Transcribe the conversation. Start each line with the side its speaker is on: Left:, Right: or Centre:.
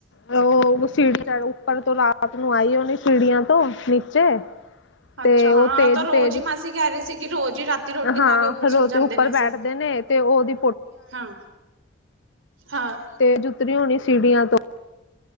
Left: ੳ ਸੀੜੀ ਉੱਪਰ ਤੋਂ ਰਾਤ ਨੂੰ ਆਈ ਉਹਨੇ ਸੀੜੀਆਂ ਤੋਂ ਨੀਚੇ ਤੇ
Right: ਅੱਛਾ ਹਾਂ
Left: ਉਹ ਤੇਜ਼
Right: ਤਾਂ ਰੋਜ਼
Left: ਤੇਜ਼
Right: ਹੀ ਮਾਸੀ ਕਹਿ ਰਹੀ ਸੀ ਕਿ ਰੋਜ਼ ਹੀ ਰਾ ਰੋਟੀ ਖਾ
Left: ਹਾਂ
Right: ਕੇ ਉੱਪਰ ਚਲੇ
Left: ਰੋਤੇ
Right: ਜਾਂਦੇ
Left: ਉੱਪਰ
Right: ਨੇ ਅਸੀਂ
Left: ਬੈਠਦੇ ਨੇ ਤੇ ਉਹਦੀ
Right: ਹਾਂ ਹਾਂ
Left: ਤੇ ਜੁਤਰੀ ਹੋਣੀ ਸੀੜੀਆਂ ਤੋਂ